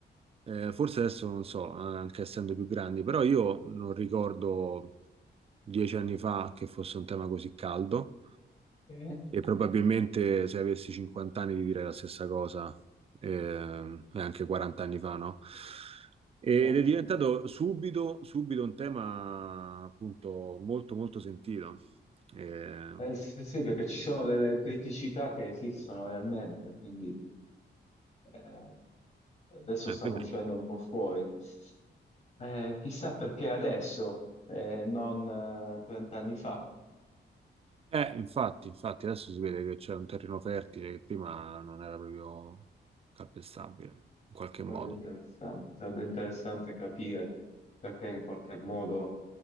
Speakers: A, on the right (about 35°); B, on the left (about 40°).
A: Eh, forse adesso non so, eh, anche essendo più grandi, però io non ricordo dieci anni fa che fosse un tema così caldo
B: Eh,
A: e probabilmente se avessi 50 anni ti direi la stessa cosa, eh, e anche 40 anni fa, no? Ed
B: certo.
A: è diventato subito, subito un tema appunto molto molto sentito. Eh,
B: Eh, sì, sì, perché ci sono delle criticità che esistono realmente, quindi... Eh, adesso
A: è
B: stanno
A: vero.
B: uscendo un po' fuori. Eh, chissà perché adesso, eh, non eh, 30 anni fa.
A: Eh, infatti, infatti, adesso si vede che c'è un terreno fertile che prima non era proprio calpestabile, in qualche
B: Sarebbe
A: modo.
B: interessante, sarebbe interessante capire perché in qualche modo